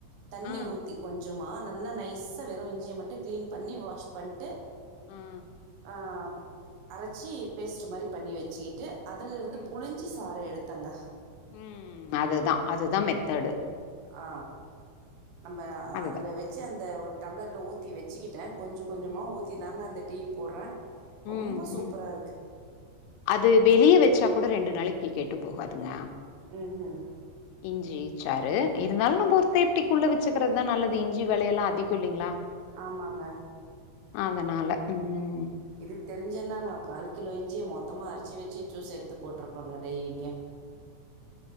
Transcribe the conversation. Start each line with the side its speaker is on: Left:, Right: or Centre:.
Right: தண்ணி
Left: ஆ
Right: ஊத்தி கொஞ் சமா நல்லா நைஸா வெறு இஞ்சியை மட்டும் கிளீன் பண்ணி வாஷ் பண்ட்டு
Left: ம்
Right: அ அரைச்சி பேஸ்ட் மாரி பண்ணி வெச்சுக்கிட்டு அதிலிருந்து
Left: ம்
Right: புழிஞ் சி சார எடுத்தங்க
Left: ம் அதுதா அதுதா மெத்தேடு
Right: ஆ நம்ப
Left: அதுதா
Right: அதுல வெச்சு
Left: ம்
Right: அந்த ஒரு டம்ளரல ஊத்தி வெச்சுக்கிட்டே கொஞ்ச கொஞ்சமா
Left: ம்
Right: ஊத்தி தாங்க அந்த டீ போற்றே ரொம்ப
Left: ம்
Right: சூப்பரா
Left: ம்
Right: இருக்கு
Left: அது வெளியே வச்சா கூட ரெண்டு நாளைக்கு கெட்டு போகாதுங்க
Right: ம் ஹும்
Left: இஞ்சி சாரு இருந்தாலு நம்ம ஒரு சேப்டிக்குள்ள வெச்சுக்கிறதா நல்லது இஞ்சி விலையெல்லா அதிகோ இல்லிங்ளா
Right: ஆமாங்க
Left: அதனால ம்
Right: இது தெரிஞ்சன்னா நா கால் கிலோ இஞ்சியி மொத்தமா அரைச்சு வெச்சு ஜூஸ் எடுத்து போட்டுருபங்க டெய்லியு